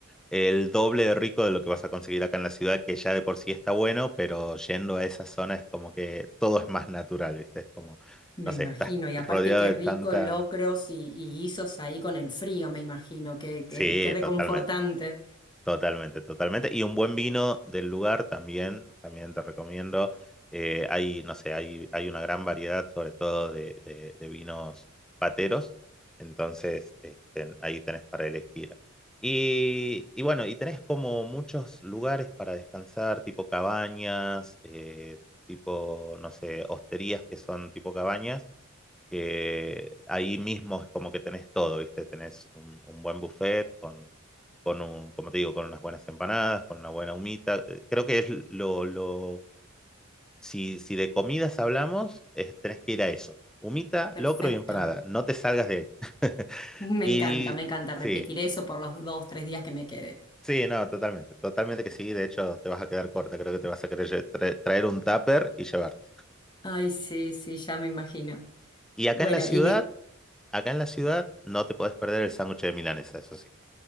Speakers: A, in the centre; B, on the left.
A: el doble de rico de lo que vas a conseguir acá en la ciudad, que ya de por sí está bueno, pero yendo a esa zona es como que todo es más natural, ¿viste? Es como,
B: me
A: no
B: imagino.
A: sé, estás
B: Y aparte,
A: rodeado
B: qué
A: de
B: rico
A: tanta...
B: locros y, y guisos ahí con el frío, me imagino. Qué, qué,
A: Sí,
B: qué reconfortante.
A: totalmente. Totalmente, totalmente. Y un buen vino del lugar también, también te recomiendo. Eh, hay, no sé, hay, hay una gran variedad, sobre todo de, de- de vinos pateros. Entonces, este, ahí tenés para elegir. Y, y bueno, y tenés como muchos lugares para descansar, tipo cabañas, eh, tipo, no sé, hosterías que son tipo cabañas que ahí mismo es como que tenés todo, ¿viste? Tenés un, un buen buffet con, con un, como te digo, con unas buenas empanadas, con una buena humita. Eh, Creo que es lo, lo- si, si de comidas hablamos, es- tenés que ir a eso. Humita,
B: Perfecto.
A: locro y empanada. No te salgas de ahí. <laughs>
B: Me
A: Y
B: encanta, me encanta
A: sí,
B: repetir eso por los dos, tres días que me quede.
A: sí, no, totalmente, totalmente que sí. De hecho, te vas a quedar corta. Creo que te vas a querer lle- tra- traer un tupper y llevarte.
B: Ay, sí, sí, ya me imagino.
A: Y acá
B: Bueno,
A: en la ciudad,
B: y me
A: acá en la ciudad, no te podés perder el sándwich de milanesa, eso sí.